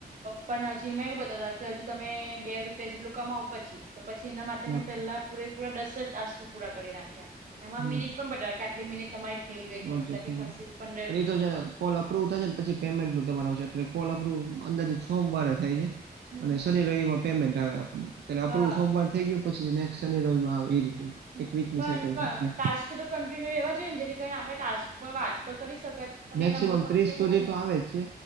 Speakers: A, on the right; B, on the right.
A: પણ હજીમાં એવું બતાવતા કે હજુ તમે બે રૂપિયા જેટલું કમાવુ પછી. તો પછી એના માટે
B: હા
A: મેં પહેલા પૂરેપૂરા દસ જ ટાસ્ક પૂરા કરી નાખ્યા એમાં
B: હમ
A: મિનિટ પણ બતા કે આટલી મિનિટ તમારી થઈ ગઈ
B: વાંધો
A: છે મતલબ
B: નહીં.
A: કે ખસી પંદર
B: પણ
A: વીસ
B: એ તો જયારે કોલ અપ્રુવ થાય છે ને પછી પેમેન્ટ નું તમાર આવશે એટલે કોલ અપ્રવ અંદાજે સોમવારે થાય છે.
A: હમ
B: અને
A: હમ.
B: શનિ રવિમાં પેમેન્ટ આવે આપણને એટલે આપણું
A: હા
B: સોમવાર થઈ ગયો પછી નેકસ શનિ રવી માં આવે એ રીતે.
A: હમ
B: એક વીકની
A: પણ
B: સાયકલ છે
A: ટાસ્ક તો કન્ટિન્યુ રહેેવા જ હોય જેથી. આપણે ટાસ્ક પર વાત તો કરી શકાય પણ
B: મેક્સિમમ
A: એ નંબર
B: ત્રીસ તો
A: થતું નહી
B: આવે જ છે.